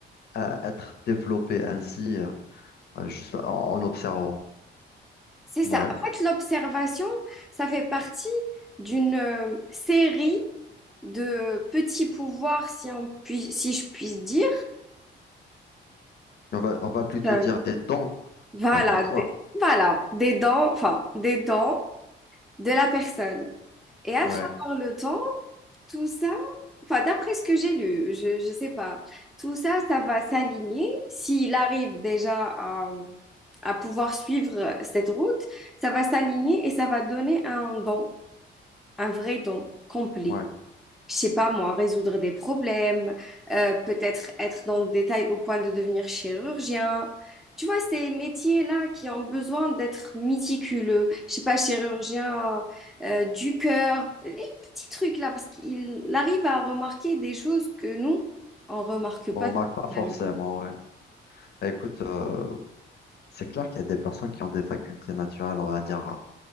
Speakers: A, on the left (about 55°); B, in the centre.
A: euh, être développé ainsi, euh, juste en, en observant.
B: C'est
A: Ouais.
B: ça. En fait, l'observation, ça fait partie d'une euh, série de petits pouvoirs, si on puis, si je puis dire
A: On va, on va plutôt
B: enfin,
A: dire des dons,
B: Voilà,
A: pas pouvoir.
B: des, voilà, des dents, enfin, des dents de la personne. Et à
A: Ouais,
B: travers le temps, tout ça, enfin, d'après ce que j'ai lu, je, je sais pas, tout ça, ça va s'aligner. S'il arrive déjà à, à pouvoir suivre cette route, ça va s'aligner et ça va donner un don, un vrai don complet
A: ouais.
B: je sais pas moi, résoudre des problèmes, euh, peut-être être dans le détail au point de devenir chirurgien. Tu vois, ces métiers-là qui ont besoin d'être méticuleux, je sais pas, chirurgien euh, du cœur, les petits trucs-là, parce qu'il arrive à remarquer des choses que nous, on remarque
A: On
B: pas
A: remarque pas
B: spécialement.
A: forcément, ouais. Écoute, euh, c'est clair qu'il y a des personnes qui ont des facultés naturelles, on va dire,